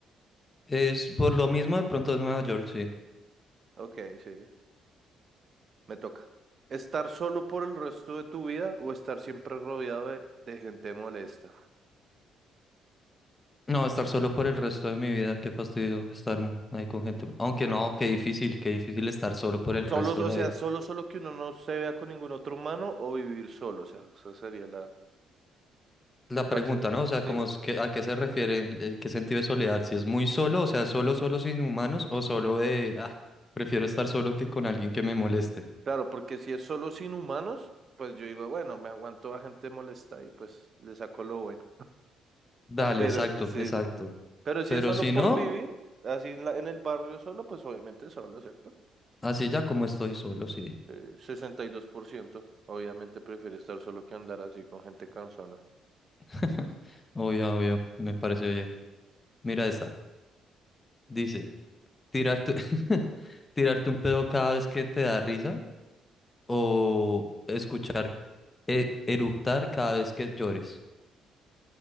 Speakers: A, on the left; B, on the right.
A: Es por lo mismo de pronto en Nueva York, sí.
B: Ok, sí. Me toca. ¿Estar solo por el resto de tu vida o estar siempre rodeado de, de gente molesta?
A: No, estar solo por el resto de mi vida, qué fastidio estar m- ahí con gente. Aunque no, qué difícil, qué difícil estar solo por el
B: Solo,
A: resto
B: o
A: de la
B: sea,
A: vida.
B: solo, solo que uno no se vea con ningún otro humano o vivir solo. O sea, esa sería la...
A: La
B: ¿Cuál
A: pregunta,
B: sería?
A: ¿no? O sea,
B: Sí.
A: como es que, ¿a qué se refiere? el- eh, ¿Qué sentido de soledad? Si es muy solo, o sea, solo, solo sin humanos, o solo de, ah, prefiero estar solo que con alguien que me moleste.
B: Claro, porque si es solo sin humanos, pues yo digo, bueno, me aguanto a gente molesta y pues le saco lo bueno.
A: Dale,
B: Ah, pero,
A: exacto,
B: sí,
A: exacto.
B: sí, sí. Pero si
A: Pero
B: es solo
A: si
B: por
A: no,
B: vivir, así en, la- en el barrio solo, pues obviamente solo, ¿cierto?
A: así ya como estoy solo, sí.
B: Eh, sesenta y dos por ciento obviamente prefiere estar solo que andar así con gente cansona.
A: <laughs> Obvio, obvio, me parece bien. Mira esta. Dice, tirarte, <laughs> tirarte un pedo cada vez que te da risa o escuchar eh, eructar cada vez que llores.